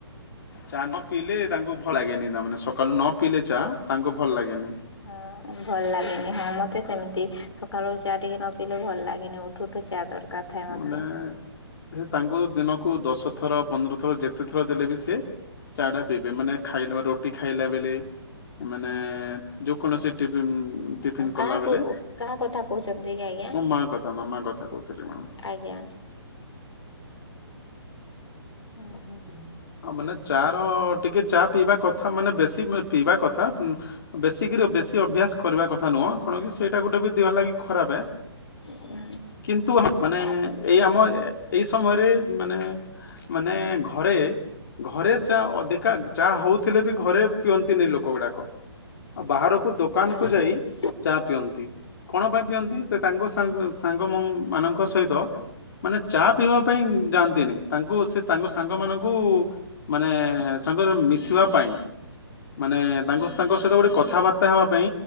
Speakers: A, on the left (about 50°); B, on the left (about 75°).
A: ଚା ନ ପିଇଲେ ତାଙ୍କୁ ଭଲ ଲାଗେନି ତାମାନେ ସକାଳୁ ନ ପିିଲେ ଚା ତାଙ୍କୁ ଭଲ ଲାଗେନି।
B: ହଁ ଭଲ ଲାଗେନି ହଁ ମତେ ସେମିତି ସ ସକାଳୁ ଚା ଟିକେ ନ ପଇଲେ ଭଲ ଲାଗେନି ଉଠୁ ଉଠୁ ଚା ଦରକାର। ଥାଏ ମତେ।
A: ମାନେ ସେ ତାଙ୍କ ଦିନକୁ ଦଶ। ଥର ପନ୍ଦର ଥର ଯେତେ ଥର ଦେଲେ ବି ସେ ଚା ଟା ପିଇବେ ମାନେ ଖାଇଲା ରୁଟି ଖାଇଲା ଵେଲେ ମାନେ ଯେକୌଣସି। ଟି ଟିଫନ୍
B: କାହାକୁ
A: କଲା ବେଲେ
B: କାହା କଥା କହୁଛନ୍ତି କି ଆଜ୍ଞା
A: ମୋ ମା କଥା ମୋ ମା କଥା କହୁଥିଲି ମ୍ୟାମ।
B: ଆଜ୍ଞା ହୁଁ ହୁଁ
A: ଆଉ ମାନେ ଚା ର ଟିକେ ଚା ପିଇବା କଥା ମାନେ ବେଶୀ ପିଇବା କଥା। ବେଶୀକରି ବେଶୀ ଅଭ୍ୟାସ କରିବା କଥା ନୁହଁ କଣ କି ସେଇଟା ଗୋଟେ ବି ଦେହ ଲାଗି ଖରାପ।
B: ହୁଁ
A: କିନ୍ତୁ ମାନେ
B: ଆଜ୍ଞା ଆଜ୍ଞା।
A: ଏଇ ଆମ ଏଇ ସମୟରେ ମାନେ ମାନେ ଘରେ ଘରେ ଯା ଅଧିକ ଚା ହଉଥିଲେ ବି ଘରେ ପିଅନ୍ତିନି ଲୋକ ଗୁଡାକ ଆଉ ବାହାରକୁ ଦୋକାନ
B: ଆଜ୍ଞା
A: କୁ ଯାଇ
B: ହୁଁ ହୁଁ ଆଜ୍ଞା
A: ଚା ପିଅନ୍ତି କଣ ପାଇଁ ପିଅନ୍ତି ସେ ତାଙ୍କ ସାଙ୍ଗ ସାଙ୍ଗ। ମାନଙ୍କ ସହିତ ମାନେ ଚା ପିଇବା ପାଇଁ ଯାଆନ୍ତିନି ତାଙ୍କୁ ସେ ତାଙ୍କ ସାଙ୍ଗ ମାନଙ୍କୁ। ମାନେ ସାଙ୍ଗ ମିଶିବା ପାଇଁ ମାନେ ତା ତାଙ୍କ ସହିତ ଗୋଟେ କଥାବାର୍ତ୍ତା ହେବା ପାଇଁ